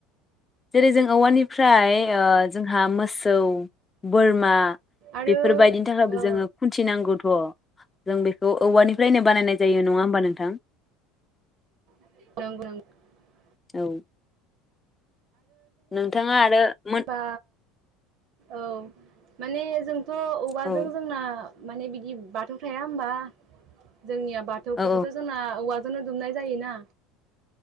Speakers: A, on the left; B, on the right.
A: जेरै जों औवानिफ्राय ओ जोंहा मोसौ बोरमा
B: आरो
A: बेफोरबायदिनि
B: औ
A: थाखायबो जोङो खुन्थिनांगौ। अ जों बेखौ औवानिफ्रायनो बानायनाय जायो नङा ओमबा नोंथां।
B: <unintelligible>
A: औ नोंथाङा आरो मोन
B: बा औ माने जों थ औवाजों
A: औ
B: जोंना माने बिदि बाथौ थाया होमबा जोंनिया बाथौखौबोथ'
A: औ
B: जोंना औवा नो दुमनाय जायोना?